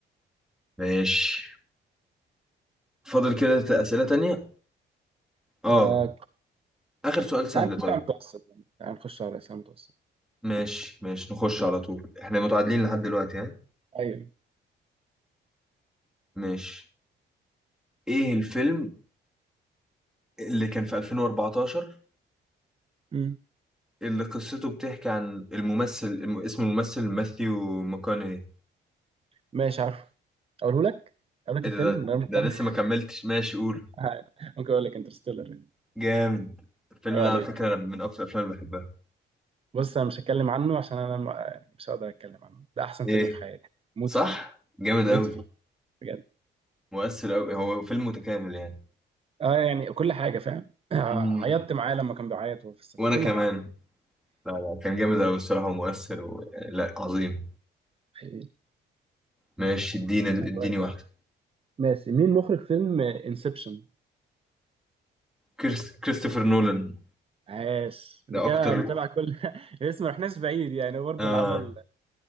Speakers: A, in the centre; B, on the right.
A: ماشي فاضل كده ت- أسئلة تانية؟ اه
B: آه،
A: آخر سؤال سهل
B: تعال نخش
A: طيب
B: على المتوسط يعني تعال نخش على الأسئلة المتوسط
A: ماشي ماشي نخش على طول احنا متعادلين لحد دلوقتي ها؟
B: أيوه
A: ماشي ايه الفيلم اللي كان في 2014
B: مم.
A: اللي قصته بتحكي عن الممثل الم... اسم الممثل ماثيو ماكونهي
B: ماشي عارف أقوله لك أقول لك
A: ايه
B: الفيلم
A: ده ده
B: من غير ما
A: ده
B: تكمل
A: لسه ما كملتش ماشي قول
B: <laughs> ممكن أقول لك انترستيلر يعني
A: جامد الفيلم
B: أيوة
A: ده
B: عليك
A: على فكرة أنا من أكتر الأفلام اللي بحبها
B: بص أنا مش هتكلم عنه عشان أنا ما- مش هقدر أتكلم عنه ده أحسن
A: إيه
B: فيلم في حياتي موت
A: صح؟
B: فيه
A: جامد أوي
B: موت فيه بجد
A: مؤثر أوي هو فيلم متكامل يعني
B: اه يعني كل حاجه فاهم <clears throat> <laughs>
A: مم.
B: عيطت معاه لما كان بيعيط وهو في السفينه
A: وأنا
B: كل
A: كمان
B: حاجه والله
A: لا لا كان جامد أوي الصراحة ومؤثر و... لا عظيم
B: حقيقي.
A: ماشي اديني اديني
B: طيب.
A: واحدة
B: ماشي مين مخرج فيلم انسبشن
A: كريس... كريستوفر نولان
B: عاش انت
A: ده
B: كده
A: أكتر
B: متابع كل <laughs> اسم ما رحناش بعيد يعني برضه
A: آه
B: اللي عمل